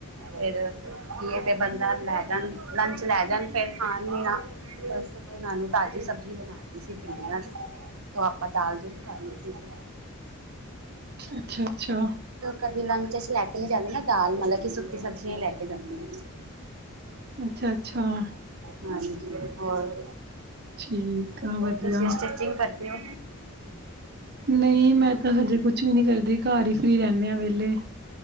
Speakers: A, on the right (about 70°); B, on the right (about 45°).
A: ਫੇਰ ਕੀ ਐ ਬੰਦਾ ਲੈ ਜਾਣ ਲੰਚ ਲੈ ਜਾਣ, ਫੇਰ ਖਾਣ ਵੀ ਨਾ ਬਸ ਏਨਾ ਨੂੰ ਤਾਜ਼ੀ ਸਬਜ਼ੀ ਬਣਾਤੀ ਸੀ ਭਿੰਡੀਆਂ ਦੀ। ਓ ਆਪਾਂ ਦਾਲ ਦੂਲ ਖਾ ਲਈ ਸੀ।
B: ਅੱਛਾ ਅੱਛਾ।
A: ਕਦੀ ਲੰਚ ਵਿੱਚ ਲੈ ਕੇ ਨੀ ਜਾਂਦੇ ਨਾ, ਦਾਲ ਮਤਲਬ ਕਿ ਸੁੱਕੀ ਸਬਜ਼ੀਆਂ ਲੈ ਕੇ ਜਾਂਦੇ ਨੇ।
B: ਅੱਛਾ-ਅੱਛਾ,
A: ਹਾਂਜੀ। ਹੋਰ?
B: ਠੀਕ ਆ ਵਧੀਆ
A: ਤੁਸੀਂ ਸਟਿਚਿੰਗ ਕਰਦੇ ਹੋ?
B: ਨਹੀਂ ਮੈਂ ਤਾਂ ਹਜੇ ਕੁਛ ਵੀ ਨਹੀਂ ਕਰਦੀ, ਘਰ ਹੀ ਫ੍ਰਰੀ ਰਹਿਣੇ ਆ ਵਿਹਲੇ।